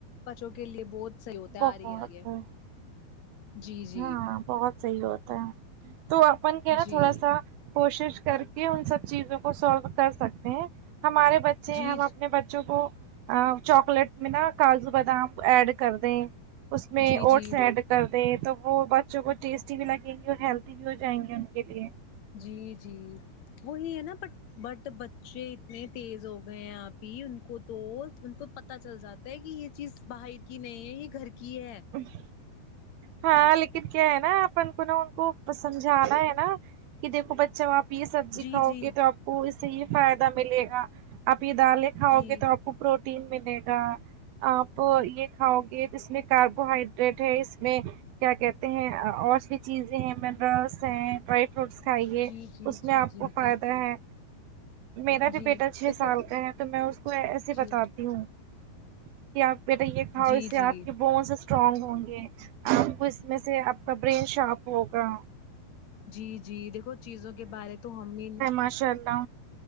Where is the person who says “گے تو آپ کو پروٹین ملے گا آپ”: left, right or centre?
Right